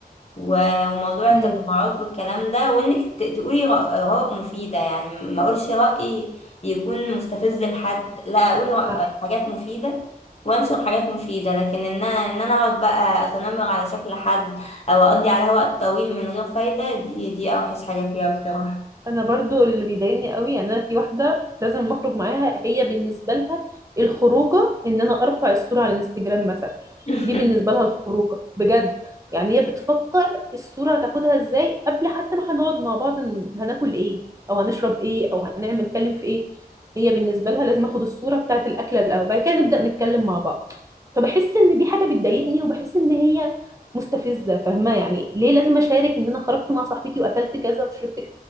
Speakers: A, on the left (about 40°); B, on the right (about 20°).
A: و- وموضوع التبرعات
B: مم.
A: والكلام ده وانك ت- تقولي ر- اراء مفيده يعني ما اقولش راي يكون مستفز لحد لا اقول ر-
B: نعم.
A: حاجات مفيده وانشر حاجات مفيده لكن ان انا ان انا اقعد بقى اتنمر على شكل حد او اقضي عليها وقت طويل من غير فايده دي دي اوحش حاجه فيها بصراحه
B: انا برضو اللي بيضايقني قوي يعني انا في واحده لازم اخرج معاها هي بالنسبه لها الخروجه ان انا ارفع الصوره على الانستجرام مثلا
A: <laughs>
B: دي بالنسبه لها الخروجه بجد يعني هي بتفكر الصوره هتاخدها ازاي قبل حتى ما هنقعد مع بعض ن- هناكل ايه او هنشرب ايه او هنعمل نتكلم في ايه هي بالنسبه لها لازم اخد الصوره بتاعه الاكله الاول بعد كده نبدا نتكلم مع بعض فبحس ان دي حاجه بتضايقني وبحس ان هي مستفزه فاهمه يعني ليه لازم اشارك ان انا خرجت مع صاحبتي واكلت كذا وشربت